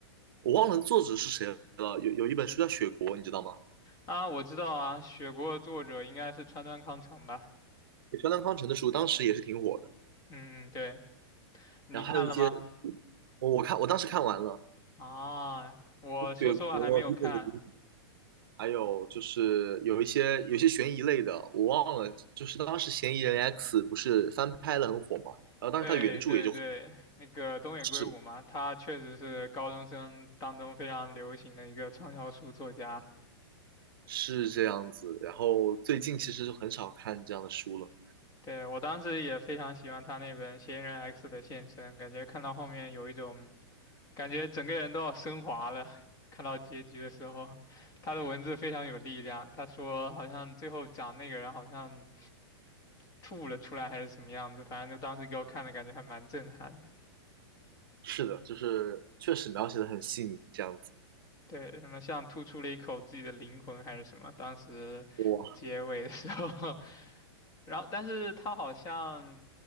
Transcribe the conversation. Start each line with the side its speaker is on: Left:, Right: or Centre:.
Right: 我忘了作者是谁了，有有一本书叫《雪国》，你知道吗？
Left: 啊，我知道啊，雪国的作者应该是川端康成吧。
Right: 川端康成的书，当时也是挺火的。
Left: 嗯嗯，对，你看了吗？
Right: 然后还有一些，我我看我当时看完了
Left: 啊，我说实话还没有看。
Right: 《雪国》《一六零》还有就是有一些有一些悬疑类的，我忘了，就是当时《嫌疑人 X》不是翻拍了很火嘛，然后当时它原著也就火
Left: 对对对，那个东野圭吾嘛，
Right: 是
Left: 他确实是高中生当中非常流行的一个畅销书作家。
Right: 是这样子，然后最近其实就很少看这样的书了。
Left: 对，我当时也非常喜欢他那本《嫌疑人 X 的献身》，感觉看到后面有一种感觉整个人都要升华了。<laughs> 看到结局的时候，他的文字非常有力量。他说好像最后讲那个人好像吐了出来还是什么样子，反正就当时给我看的感觉还蛮震撼
Right: 是的，就是确实描写的很细腻，这样子。
Left: 对，什么像吐出了一口自己的灵魂还是什么，当时结尾的时候，
Right: 哇
Left: <laughs> 然后但是他好像